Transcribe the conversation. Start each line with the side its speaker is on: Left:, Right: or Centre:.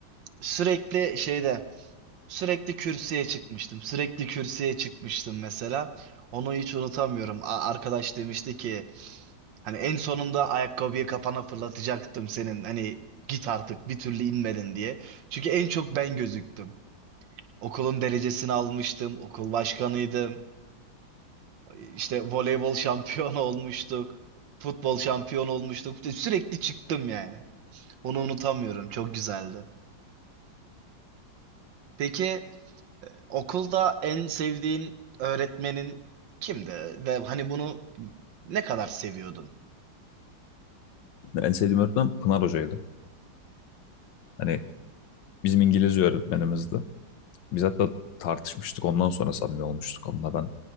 Right: sürekli şeyde sürekli kürsüye çıkmıştım. Sürekli kürsüye çıkmıştım mesela. Onu hiç unutamıyorum. A- Arkadaş demişti ki Hani en sonunda ayakkabıyı kafana fırlatacaktım senin. Hani git artık bir türlü inmedin diye. Çünkü en çok ben gözüktüm. Okulun derecesini almıştım. Okul başkanıydım. İşte voleybol şampiyonu <laughs> olmuştuk. Futbol şampiyonu olmuştuk. İşte Sürekli çıktım yani. Onu unutamıyorum. Çok güzeldi. Peki e, okulda en sevdiğin öğretmenin kimdi? Ve hani bunu ne kadar seviyordun? <laughs>
Left: en sevdiğim öğretmen Pınar Hoca'ydı. Hani bizim İngilizce öğretmenimizdi. Biz hatta tartışmıştık. Ondan sonra samimi olmuştuk. Onunla ben